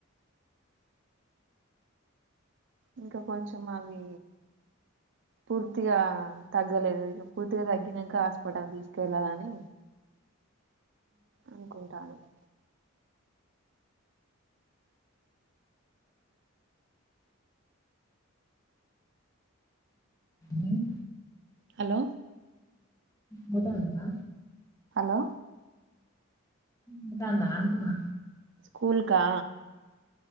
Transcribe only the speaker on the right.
ఇంకా కొంచం అవి పూర్తిగా తగ్గలేదు ఇక పూర్తిగా తగ్గినాక హాస్పిటల్ తీసుకెళ్ళాలని అనుకుంటానామ్
హలో
హలో
స్కూల్ కా